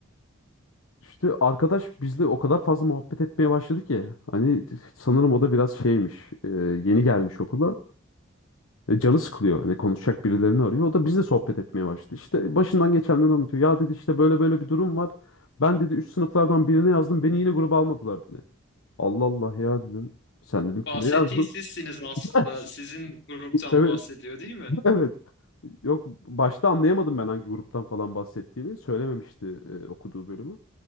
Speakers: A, on the left; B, on the left.
A: İşte arkadaş bizle o kadar fazla muhabbet etmeye başladı ki. Hani sanırım o da biraz şeymiş. e, yeni gelmiş okula. E, canı sıkılıyor. Hani konuşacak birilerini arıyor. O da bizle sohbet etmeye başladı. İşte başından geçenleri anlatıyor. Ya dedi işte böyle böyle bir durum var. Ben dedi üst sınıflardan birine yazdım. Beni yine gruba almadılar dedi. Allah Allah ya dedim. Sen dedim kime
B: Bahsettiği
A: yazdın?
B: sizsiniz aslında.
A: <laughs>
B: Sizin gruptan
A: Evet,
B: bahsediyor değil mi?
A: evet. Yok başta anlayamadım ben hangi gruptan falan bahsettiğini. Söylememişti e, okuduğu bölümü.